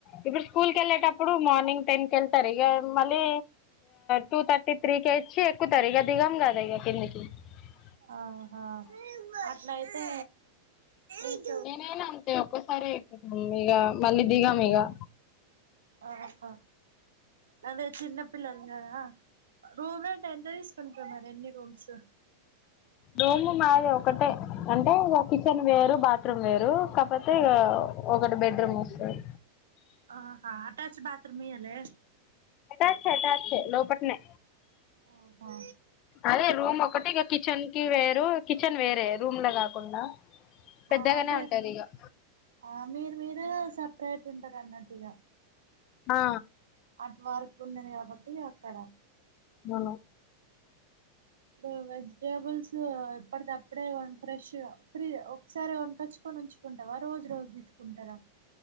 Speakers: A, on the left; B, on the right.
A: ఇప్పుడు స్కూల్ క వెళ్ళేటప్పుడు మార్నింగ్ టెన్ క వెళ్తారు ఇగా మళ్ళీ టూ థర్టీ త్రీ కే ఇచ్చి ఎక్కుతారే ఇగ దిగం కాదా కిందికి అ
B: ఆహా అట్లా అయితే ఇంగా
A: నేనైనా అంతే ఒక్కసారి ఎక్కుతం ఇగా మళ్ళీ దిగాం ఇగా
B: ఆహా అదే చిన్నపిల్లలు కదా రూమ్ రెంట్రూఎంత తీసుకుంటారు మరి ఎన్ని రూమ్స్
A: రూమ్ మాది ఒకటే అంటే కిచెన్ వేరు బాత్రూమ్ వేరు కాకపోతే ఇగాఒకటి బెడ్రూమ్ వస్తంది
B: ఆహా అటాచ్ బాత్రూమ్ ఇయ్యలే
A: టచ్చే టచ్ లోపటి స్నే
B: ఆహా
A: అరే రూమ్ ఒకటి కిచెన్ కి వే కిచెన్ వేరే రూమ్ ల కాకుండా పెద్దగానే
B: ఆహ అంటే
A: ఉంటది ఇక
B: ఆ మీరు మీరు సపరేట్ ఉంటది అన్నట్టు ఈగ
A: ఆ
B: అట్వర్ ఉండది కాబట్టి అక్కడ
A: మా మ
B: ఇప్పుడు వెజిటేబుల్స్ ఎప్పటి అప్పుడే ఫ్రెష్ ఫ్రీ ఒకసారిన్ కచ్చుకొని ఉంచుకుంటావా రోజు రోజు తీసుకుంటారా